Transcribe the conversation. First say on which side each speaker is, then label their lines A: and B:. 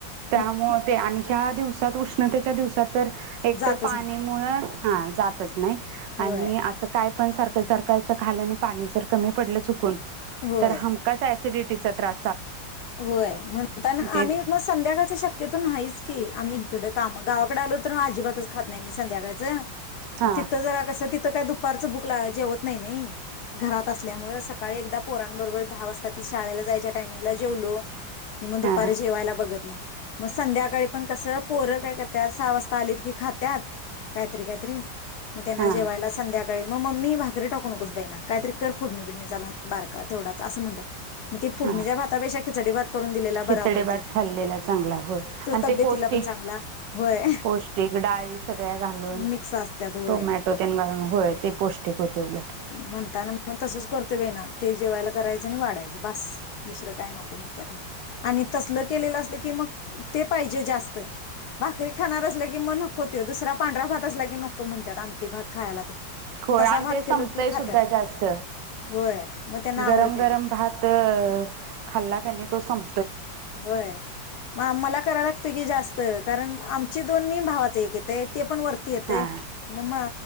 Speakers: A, on the right (about 75°); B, on the left (about 70°).
A: त्यामुळ
B: मग
A: ते आणि ह्या दिवसात साथ उष्णतेच्या दिवसात तर एक
B: जातच
A: तर पाणीमुळे
B: नाही
A: हा जातच नाही
B: होय
A: आणि अस काय पण सारखं सारखं अस खाल्लं आणि पाणी जर कमी पडलं चुकून
B: होय.
A: तर हमकास ऍसिडिट तीच त्रा
B: होय म्हणता ना
A: ते
B: आम्ही मग संध्याकाळचा शक्यतो नाहीच की, आम्ही इकड काम गावाकडे आलो तर अजिबातच खात नाही संध्याकाळचं
A: हा
B: तिथं जरा कस तिथ काय दुखत दुपारच भूक लाग जेवत नाही नी घरात असल्यामुळे सकाळी एकदा पोरांबरोबर दहा वाजता शाळेला जायच्या टायमिंग जेवलो कि मग दुपारी
A: हा हा
B: जेवायला बघत नाही. मग संध्याकाळी पण कसं पोरं काय करत्यात सहा वाजता आलीत की खात्यात काहीतरी काहीतरी मग त्यांना
A: हा
B: जेवायला संध्याकाळी मग मम्मी भाकरी टाकू नकोस बाई ना कायतरी कर फोडणी बिडणीचा भात बारका तेवढाच असं म्हणतात. ते फोडणीच्या
A: हा
B: भात खेचडी भात करून दिलेला बरा
A: खिचडे
B: पडतोय
A: भात खाल्लेला चांगला होय
B: तो
A: आणि
B: तब्येतीला
A: ते पौष्टिक
B: पण चांगला होय
A: पौष्टिक डाळी सगळ्या घालून
B: मिक्स असत्यात होय
A: टोमॅटो त्यान घालून होय ते पौष्टिक होते उलट
B: म्हणताना मग तसंच करतोय बाईना ते जेवायला करायचं आणि वाढायचं बास दुसरं नको म्हणत्यात मग आणि तसल केलेलं असलं की मग ते पाहिजे जास्त भाकरी खाणार असलं की म नको ते दुसरा पांढरा भात असला की नको म्हणतात आमटी भात खायला
A: होय
B: तसा
A: आणि
B: भात
A: ते संपतय
B: केलो की
A: सुद्धा
B: खात्यात
A: जास्त
B: होय मग त्यांना
A: गरम
B: आवडते
A: गरम
B: ते
A: भात खाल्ला क नी तो संम
B: होय म मला करा लागत की जास्त त कारण आमची दोन्ही भावात तेक येतेय वरती येतंय
A: हा
B: म मा